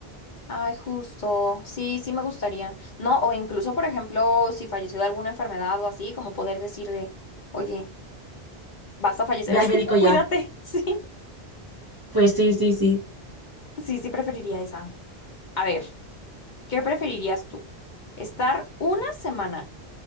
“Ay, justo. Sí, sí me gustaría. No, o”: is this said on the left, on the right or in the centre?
Left